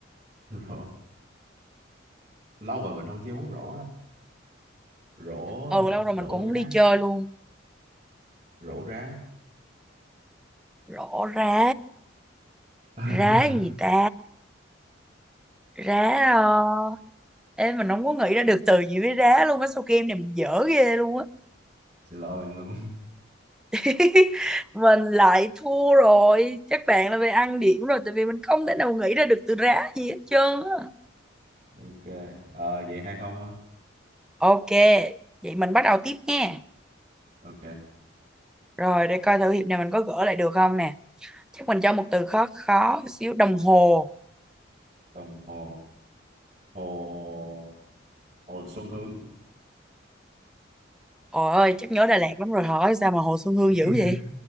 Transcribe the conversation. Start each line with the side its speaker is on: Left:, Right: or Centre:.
Right: <laughs> rồi lâu rồi mình không chơi bóng rổ á rổ
Centre: ừ lâu rồi
Right: rổ
Centre: mình cũng không
Right: đá
Centre: đi chơi luôn
Right: rổ rá
Centre: rổ rá
Right: <laughs>
Centre: rá gì ta rá ờ... Ê, mình không có nghĩ ra được từ gì với rá luôn á sao game này mình dở ghê luôn á
Right: xin lỗi bạn luôn
Centre: <laughs> mình lại thua rồi chắc bạn là về ăn điểm rồi tại vì mình không thể nào nghĩ ra được từ rá gì hết trơn á
Right: <laughs> ok Ờ, vậy hai không hả
Centre: ok vậy mình bắt đầu tiếp nha
Right: ok
Centre: rồi để coi thử hiệp này mình có gỡ lại được không nè chắc mình cho một từ khó khó xíu đồng hồ
Right: đồng hồ hồ hồ Xuân Hương
Centre: Ôi ơi, chắc nhớ Đà Lạt lắm rồi hỏi sao mà Hồ Xuân Hương
Right: <laughs>
Centre: dữ vậy?